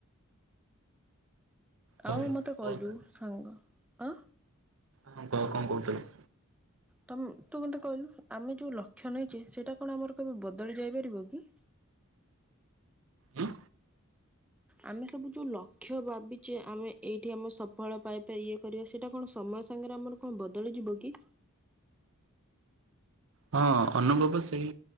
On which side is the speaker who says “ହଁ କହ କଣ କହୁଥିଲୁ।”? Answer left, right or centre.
Right